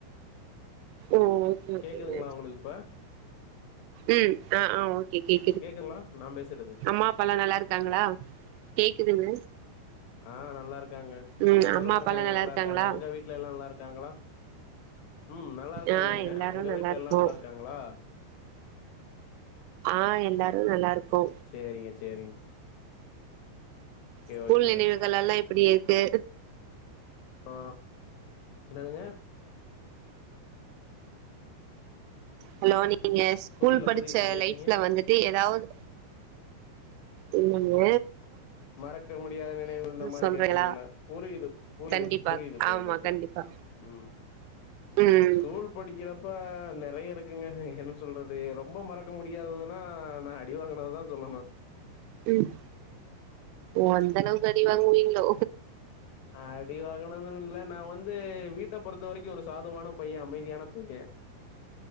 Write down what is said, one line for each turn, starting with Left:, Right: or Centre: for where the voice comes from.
Right: ஓ ஓகே ஓகேங்க
Left: கேக்குதுங்களா உங்களுக்கு இப்ப
Right: ம் ஆ ஆ ஓகே
Left: கேக்குதுங்களா நா பேசுறது
Right: அம்மா அப்பால்லாம் நல்லா இருக்காங்களா கேக்குதுங்க
Left: ஆ நல்லா இருக்காங்க
Right: ம்
Left: ஆ
Right: அம்மா
Left: நல்லா இருக்காங்க
Right: அப்பாலா
Left: நல்லா
Right: இருக்காங்களா
Left: இருக்காங்க நல்லா இருக்காங்க அங்க வீட் ம் நல்லா இருக்காங்க
Right: ஆ
Left: அங்க
Right: எல்லாரு
Left: அங்க வீட்ல
Right: இருக்கோ
Left: எல்லாம் நல்லா இருக்காங்க ங்களா
Right: ஆ எல்லாரும் நல்லா இருக்கோ
Left: செரிங்க செரிங்க
Right: ஸ்கூல்
Left: ஓகே
Right: நினைவுகள்
Left: ஓகே
Right: எல்லாம் எப்பிடி இருக்கு
Left: ஆ என்னதுங்க
Right: ஹலோ நீங்க ஸ்கூல்
Left: புரியல
Right: படிச்ச
Left: புரியல நம்ம கேட்டீங்க
Right: லைஃப்ல வந்துட்டு ஏதாவது இல்லிங்க
Left: மறக்க முடியாத நினைவு இந்த மாரி
Right: சொல்றீங்களா
Left: கேக்கறீங்ளா புரியுது புரியுது
Right: கண்டிப்பா
Left: புரியுது புரியுது
Right: ஆமா
Left: புரியுதுதா
Right: கண்டிப்பா
Left: ம்
Right: ம்
Left: ஸ்கூல் படிக்கிறப்ப நறைய இருக்குங்க என்னு சொல்றது ரொம்போ மறக்க முடியாததுனா நா அடி வாங்ன தா சொல்லணு
Right: ம் ஓ அந்த அளவுக்கு அடி வாங்குவீங்ளோ
Left: அடிவாகனதுமில்ல நா வந்து வீட்ட பொறுத்த வரைக்கு ஒரு சாதவான பைய அமைதியான பைய